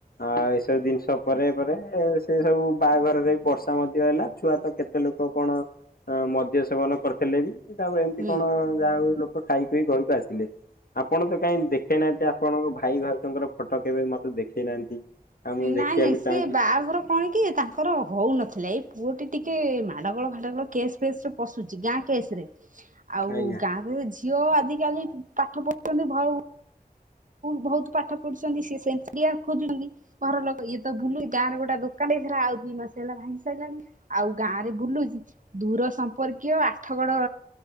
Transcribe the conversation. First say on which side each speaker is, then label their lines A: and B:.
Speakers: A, on the left; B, on the right.
A: ଆଉ ଏଇସବୁ ଜିନିଷ ପରେ ପରେ ସେ ସବୁ ବାହାଘରରେ ବର୍ଷା ମଧ୍ୟ ହେଲା। ଛୁଆ ତ କେତେ ଲୋକ କଣ ମଦ୍ୟ ସେବନ କରିଥିଲେ, ବି ତାପରେ ଏମିତି
B: ହୁଁ।
A: କଣ ଯାହା ହଉ ଖାଇ ପିଇ ଘରକୁ ଆସିଥିଲେ। ଆପଣ ତ କାଇହିଁ ଦେଖେଇନାହାନ୍ତି, ଆପଣଙ୍କ ଭାଇ ଭାଉଙ୍କର ଫଟୋ କେବେ ମତେ ଦେଖେଇ ନାହାନ୍ତି। ଆଉ ମୁଁ ଦେଖିବାକୁ
B: ନାଇଁ ନାଇଁ ସେ
A: ଚାହୁଁଛି
B: ବାହାଘର କଣ କି ତାଙ୍କର ହଉନଥିଲା ଏଇ ପୁଅଟି ଟିକେ ମାଡ଼ଗୋଳ ଫାଡ଼ଗୋଳ କେସ୍ ଫେସ୍ ରେ ପଶୁଛି ଗାଁ କେସ୍ ରେ। ଆଉ
A: ଆଜ୍ଞା
B: ଗାଁରେ ଝିଅ ଆଜିକାଲି ପାଠ ପଢ଼ୁଛନ୍ତି ଭାଉ ବହୁତ ପାଠ ପଢ଼ୁଛନ୍ତି ସିଏ ସେମିତିଆ ଖୋଜୁଛନ୍ତି। ଘର ଲୋକ ଇଏ ତ ବୁଲୁ ଗାଁରେ ଗୋଟେ ଦୋକାନ ଦେଇଥିଲା, ଆଉ ଦିଇ ମାସ ହେଲା ଭାଙ୍ଗି ସାରିଲାଣି। ଆଉ ଗାଁ ରେ ବୁଲୁଛି ଦୂର ସମ୍ପର୍କୀୟ ଆଠଗଡ